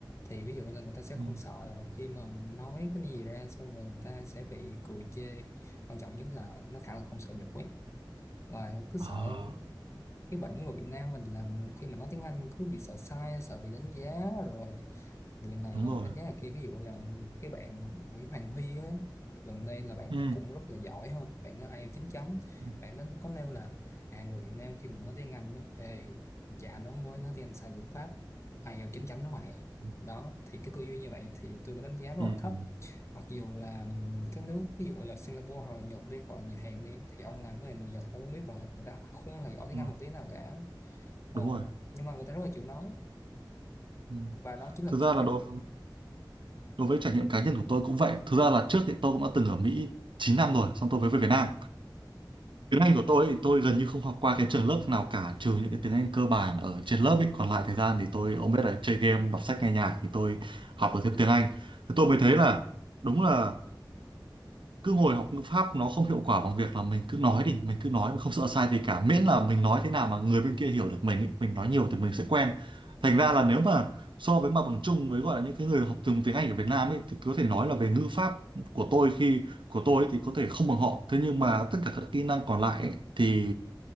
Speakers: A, on the left (about 35°); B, on the right (about 80°).
A: thì ví dụ như là người ta sẽ không
B: ừ.
A: sợ là khi mà nói cái gì ra xong rồi người ta sẽ bị cười chê quan trọng nhất là nó thẳng là không sợ nhục ấy và cứ sợ
B: à
A: cái bệnh của người Việt Nam mình là khi mà nói tiếng Anh cứ bị sợ sai sợ bị đánh giá rồi lần này
B: đúng rồi
A: đánh giá là kia ví dụ là một cái bạn Nguyễn Hoàng Huy á gần đây là bạn
B: ừ.
A: ấy cũng rất là giỏi hơn bạn nó ai IELTS 9 chấm
B: Ừ.
A: bạn nó có nêu là à người Việt Nam khi mà nói tiếng Anh nó ê già nó mới nói tiếng Anh sai ngữ pháp ai IELTS 9 chấm nó mày
B: Ừ.
A: đó thì cái tư duy như vậy thì tôi có đánh giá rất
B: Ừ.
A: là thấp
B: Ừ.
A: mặc dù là ừm, các nước ví dụ là Singapore hoặc là Nhật đi hoặc là Nhật Hàn đi thì ông làm với người Nhật ông cũng biết rồi người ta không hề giỏi tiếng
B: Đúng
A: Anh
B: rồi.
A: một tí nào cả ờ,
B: Đúng rồi.
A: nhưng mà người ta rất là chịu nói
B: Ừ.
A: và đó chính là
B: Thực
A: sự
B: ra là
A: khác
B: đối
A: biệt
B: đối với trải nghiệm cá nhân của tôi cũng vậy. Thực ra là trước thì tôi cũng đã từng ở Mỹ 9 năm rồi, xong tôi mới về Việt Nam. Tiếng Anh của tôi thì tôi gần như không học qua cái trường lớp nào cả, trừ những cái tiếng Anh cơ bản ở trên lớp ấy. Còn lại thời gian
A: ừ.
B: thì tôi, ông biết là chơi game, đọc sách, nghe nhạc thì tôi học được thêm tiếng Anh. Thì tôi
A: Ừ.
B: mới thấy là đúng là cứ ngồi học ngữ pháp nó không hiệu quả bằng việc là mình cứ nói đi mình cứ nói mình không sợ sai gì cả miễn là mình nói thế nào mà người bên kia hiểu được mình ý, mình nói nhiều thì mình sẽ quen thành ra là nếu mà so với mặt bằng chung với gọi là những cái người học từng tiếng Anh ở Việt Nam ấy thì có thể nói là về ngữ pháp của tôi khi của tôi ấy, thì có thể không bằng họ thế nhưng mà tất cả các kỹ năng còn lại ấy, thì